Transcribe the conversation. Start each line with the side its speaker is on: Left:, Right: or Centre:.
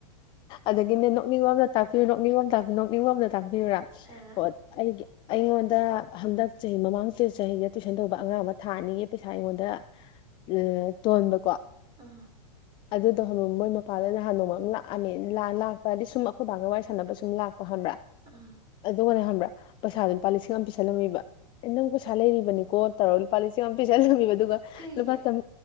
Left: ꯑꯗꯒꯤꯅꯦ ꯅꯣꯛꯅꯤꯡꯂꯣꯝꯅ ꯇꯥꯛꯄꯤꯌꯨ ꯅꯣꯛꯅꯤꯡꯉꯣꯝꯄꯤ ꯅꯣꯛꯅꯤꯡꯉꯣꯝꯗ ꯇꯥꯛꯄꯤꯕꯨꯔꯥ
Right: ꯑ
Left: ꯍ ꯑꯩꯒꯤ ꯑꯩꯉꯣꯟꯗ ꯍꯟꯗꯛ ꯆꯍꯤ ꯃꯃꯥꯡ ꯆꯍꯤꯗ ꯇꯨꯋꯏꯁꯟ ꯇꯧꯕ ꯑꯉꯥꯡ ꯑꯃ ꯊꯥꯅꯤꯌꯦ ꯄꯩꯁꯥ ꯑꯩꯉꯣꯟꯗ ꯎꯝ ꯇꯣꯟꯕꯀꯣ
Right: ꯑꯥ
Left: ꯑꯗꯨꯗꯣ ꯃꯣꯏ ꯃꯄꯥꯗ ꯅꯍꯥꯟ ꯅꯣꯡꯃ ꯑꯃ ꯂꯥꯛꯑꯝꯃꯦ ꯂ ꯂꯥꯛꯄ ꯍꯥꯏꯗꯤ ꯁꯨꯝ ꯑꯩꯈꯣꯏ ꯕꯥꯒ ꯋꯥꯔꯤ ꯁꯥꯟꯅꯕ ꯁꯨꯝ ꯂꯥꯛꯄ ꯈꯪꯕ꯭ꯔꯥ
Right: ꯎꯝ
Left: ꯑꯗꯨꯒꯅꯦ ꯈꯪꯕ꯭ꯔꯥ ꯄꯩꯁꯥꯗꯣ ꯂꯨꯄꯥ ꯂꯤꯁꯤꯡ ꯑꯃ ꯄꯤꯁꯜꯂꯝꯃꯤꯕ ꯑꯦ ꯅꯪ ꯄꯩꯁꯥ ꯂꯩꯔꯤꯕꯅꯤꯀꯣ ꯇꯧꯔꯣ ꯂꯨꯄꯥ ꯂꯤꯁꯤꯡ ꯑꯃ ꯄꯩꯁꯥꯂꯝꯃꯤꯕ ꯑꯗꯨꯒ
Right: ꯀꯩꯒꯤ
Left: ꯂꯨꯄꯥ ꯆꯝ